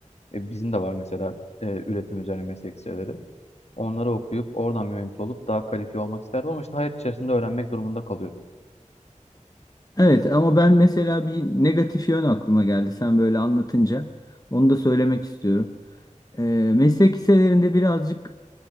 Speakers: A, on the left (about 55°); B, on the left (about 25°).
A: e, bizim de var mesela e, üretim üzerine meslek liseleri. Onları okuyup oradan mühendis olup daha kalifiye olmak isterdim ama işte hayat içerisinde öğrenmek durumunda kalıyorsun
B: Evet ama ben mesela bir negatif yön aklıma geldi sen böyle anlatınca. Onu da söylemek istiyorum. E, meslek liselerinde birazcık